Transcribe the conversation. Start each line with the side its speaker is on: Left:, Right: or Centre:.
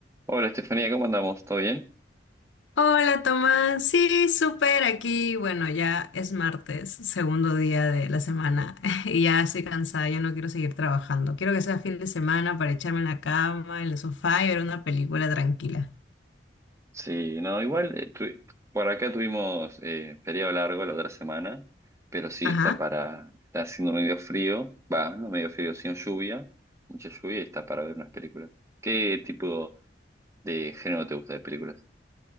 Right: Hola Estefanía, ¿cómo andamos? ¿Todo bien?
Left: Hola Tomás, sí, súper aquí. Bueno, ya es martes, segundo día de la semana <laughs> y ya estoy cansada, ya no quiero seguir trabajando. Quiero que sea fin de semana para echarme en la cama, en el sofá y ver una película tranquila.
Right: Sí, no, igual eh, tu- por acá tuvimos eh, feriado largo la otra semana, pero sí,
Left: Ajá.
Right: está para, está haciendo medio frío, va, no medio frío, sino lluvia, mucha lluvia y está para ver unas películas. ¿Qué tipo de género te gusta de películas?